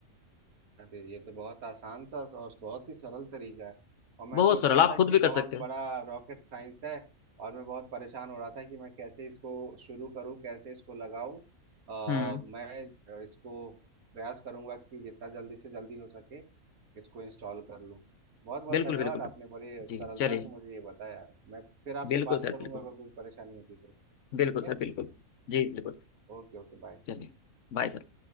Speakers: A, on the right; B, on the left.
A: अरे ये तो बहुत आसान सा और बहुत ही सरल तरीका है और मैं
B: बहुत
A: सोच
B: सरल
A: रहा
B: आप
A: था
B: खुद
A: कि
B: भी कर
A: बहुत
B: सकते हो
A: बड़ा रॉकेट साइंस है और मैं बहुत परेशान हो रहा था कि मैं कैसे इसको शुरू करूं कैसे इसको लगाऊं अ,
B: हम्म
A: मैं इसको प्रयास करूंगा कि जितना जल्दी से जल्दी हो सके इसको इंस्टॉल कर लूं बहुत बहुत
B: बिल्कुल
A: धन्यवाद
B: बिल्कुल
A: आपने
B: बिल्कुल
A: बड़े सरलता
B: जी चलिए
A: से मुझे ये बताया मैं फिर आपसे
B: बिल्कुल
A: बात
B: सर
A: करूंगा
B: बिल्कुल
A: अगर कोई परेशानी होती तो
B: बिल्कुल
A: ठीक है
B: सर बिल्कुल जी बिल्कुल
A: Okay okay bye
B: चलिए Bye sir